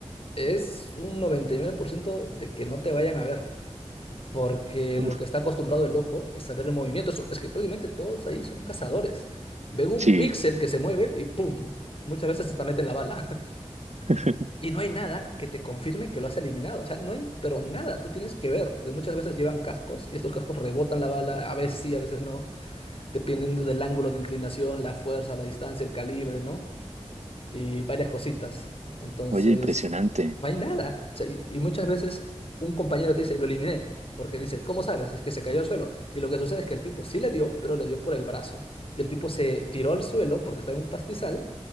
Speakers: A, on the left; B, on the right.
A: es un 99% de que no te vayan a ver, porque
B: Uf,
A: lo que está acostumbrado el ojo es saber el movimiento. Es es que prácticamente todos ahí son cazadores. Ven un
B: sí,
A: píxel que se mueve y ¡pum! Muchas veces hasta meten la bala. <laughs>
B: <laughs>
A: Y no hay nada que te confirme que lo has eliminado. O sea, no hay, pero nada, tú tienes que ver, porque muchas veces llevan cascos y estos cascos rebotan la bala, a veces sí, a veces no, dependiendo del ángulo de inclinación, la fuerza, la distancia, el calibre, ¿no? y varias cositas. Entonces,
B: oye, impresionante.
A: no hay nada. O sea, y, y muchas veces un compañero te dice, lo eliminé, porque dice, ¿cómo sabes? Es que se cayó al suelo. Y lo que sucede es que el tipo sí le dio, pero le dio por el brazo. Y el tipo se tiró al suelo porque está en un pastizal